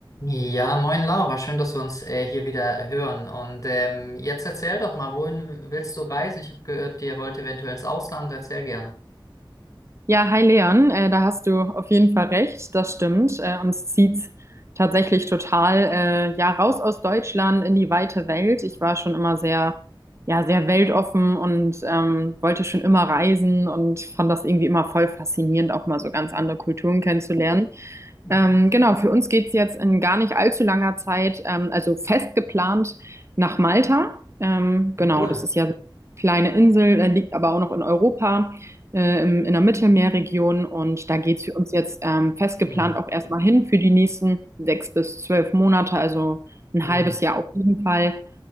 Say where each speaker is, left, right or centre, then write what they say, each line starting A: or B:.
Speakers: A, on the left (about 40°); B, on the right (about 35°).
A: Ja, moin Laura, schön, dass wir uns äh, hier wieder hören. Und ähm, jetzt erzähl doch mal, wohin willst du reisen? Ich habe gehört, ihr wollt eventuell ins Ausland. Erzähl gerne.
B: Ja, hi Leon, äh, da hast du auf jeden Fall recht, das stimmt. Äh, uns zieht's tatsächlich total äh, ja raus aus Deutschland in die weite Welt. Ich war schon immer sehr, ja, sehr weltoffen und ähm, wollte schon immer reisen und fand das irgendwie immer voll faszinierend, auch mal so ganz andere Kulturen kennenzulernen.
A: Mhm.
B: Ähm, genau, für uns geht's jetzt in gar nicht allzu langer Zeit, ähm, also fest geplant nach Malta. Ähm, genau,
A: Cool.
B: das ist ja so eine kleine Insel, äh, liegt aber auch noch in Europa äh, im- in der Mittelmeerregion und da geht's für uns jetzt ähm, festgeplant
A: Mhm.
B: auch erstmal hin für die nächsten sechs bis zwölf Monate, also ein
A: Mhm.
B: halbes Jahr auf jeden Fall,